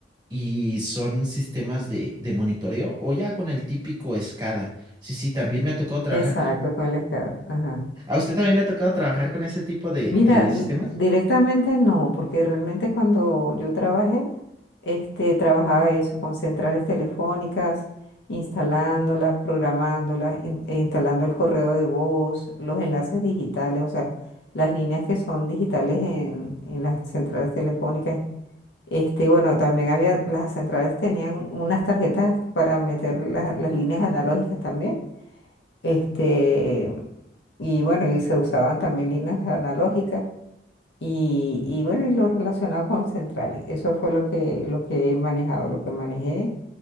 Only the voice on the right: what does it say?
y son sistemas de, de monitoreo o ya con el típico SCADA. Sí, sí, también me ha tocado trabajar.
¿A usted también le ha tocado trabajar con ese tipo de,
de
sistemas?